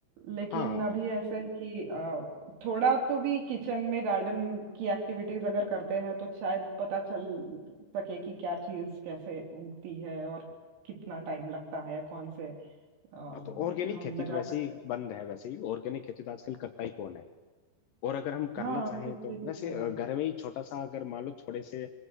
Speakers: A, on the right; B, on the left.
A: लेकिन
B: हाँ
A: अभी ऐसा है कि अ, थोड़ा तो भी किचन में गार्डन की एक्टिविटीज अगर करते हैं तो शायद पता चल सके कि क्या चीज कैसे उगती है और कितना टाइम लगता है कौन से अम,
B: हाँ तो ऑर्गेनिक
A: हम
B: खेती
A: लगा
B: तो वैसे
A: सकते
B: ही
A: हैं
B: बंद है वैसे ही ऑर्गेनिक खेती तो आजकल करता ही कौन है और अगर हम करना
A: हाँ
B: चाहें
A: खुद से
B: तो
A: ही करता
B: वैसे
A: नहीं
B: अ,
A: है।
B: घर में ही छोटा सा अगर मान लो थोड़े से